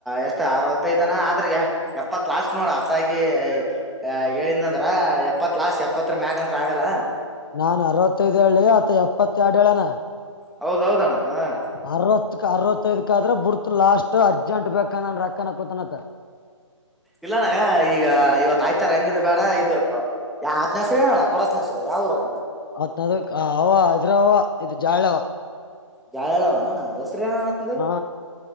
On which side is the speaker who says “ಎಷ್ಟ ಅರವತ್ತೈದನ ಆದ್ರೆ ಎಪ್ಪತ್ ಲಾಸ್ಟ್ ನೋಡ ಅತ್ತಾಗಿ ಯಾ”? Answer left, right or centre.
Centre